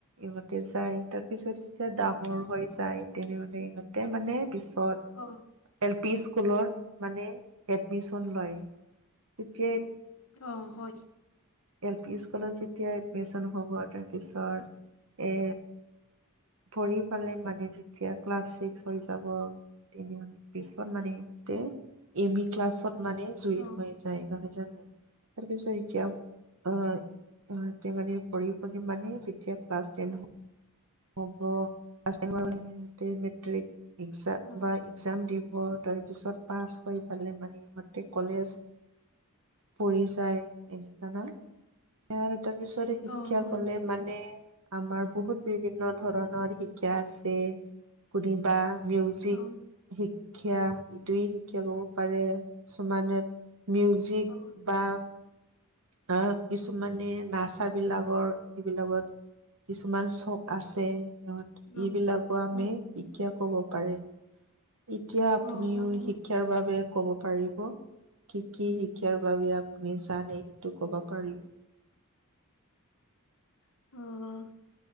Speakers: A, on the right; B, on the left.
A: ইহঁতে যায় তাৰ পিছত এতিয়া ডাঙৰ হৈ যায় তেনে মানে ইহঁতে মানে পিছত
B: অহ্
A: এল পি স্কুলৰ মানে এডমিশ্যন লয় তেতিয়াই
B: অঁ, হয়।
A: এল পি স্কুলত যেতিয়া এডমিশ্যন হ'ব তাৰপিছত এ পঢ়ি পালে মানে যেতিয়া ক্লাছ চিক্স হৈ যাব তেতিয়া পিছত মানে সিহঁতে এম ই ক্লাছত মানে জুইন
B: অ',
A: হৈ যায় নহয় জানো? তাৰপিছত এতিয়া অ সিহঁতে মানে পঢ়ি পঢ়ি মানে যেতিয়া ক্লাছ টেন হ হ'ব। ক্লাছ টেন পালেগে সিহঁতে বেটেৰী ৰিক্সা
B: অ',
A: বা এক্সাম দিব তাৰপিছত পাছ কৰি পালে মানে সিহঁতে কলেজ পঢ়ি যায় এনেকা ন'? ইয়াৰ তাৰপিছত উচ্চৰ শিক্ষা
B: অ', হয়,
A: গ'লে মানে আমাৰ বহুত বিভিন্ন ধৰণৰ শিক্ষা আছে কৰি বা মিউজিক
B: অ',
A: শিক্ষা ইটোৱে শিক্ষা ল'ব পাৰে। কিছুমানে মিউজ জিক
B: অ'।
A: বা আ কিছুমানে নাচা বিলাকৰ এইবিলাকত কিছুমান চক আছে ইহঁত
B: উম,
A: এইবিলাকো আমি
B: উম,
A: শিক্ষা ক'ব পাৰে। এতিয়া আপুনিও
B: উম, উম, উম।
A: শিক্ষাৰ বাবে ক'ব পাৰিব? কি কি শিক্ষাৰ বাবে আপুনি জানে সেইটো ক'ব পাৰিব?
B: অঁ, অ।